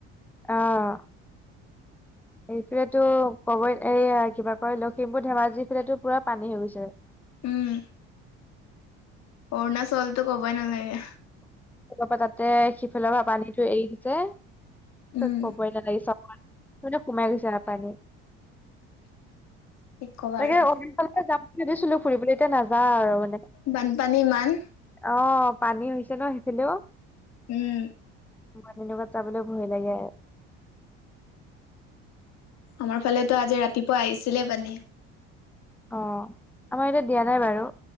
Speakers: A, in the centre; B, on the left.
A: আহ এই ফালেতো কবই এইয়া কিবা কয় লখিমপুৰ ধেমাজি ফালেতো পুৰা পানী হৈ গৈছে।
B: উম অৰুণাচলটো কবই নালাগে।
A: ত পৰা তাতে সিফালৰ পৰা পানীতটো এৰি দিছে।
B: উম,
A: কবই নালাগি চ মানে সোমাই গৈছে ন পানী উ
B: কি ক'বা
A: তাগে
B: আৰু।
A: অৰুচলে যাম বুলি ভাবিছিলো ফুৰিবলৈ এতিয়া নাযাওঁ আৰু মানে।
B: বানপানী ইমান
A: আহ পানী হৈছে ন সেইফালেও।
B: উম,
A: মানিৰ লগত যাবলৈ ভয় লাগে।
B: আমাৰ ফালেতো আজি ৰাতিপুৱা আহিছিলে মানে।
A: অ' আমাৰ এতিয়া দিয়া নাই বাৰু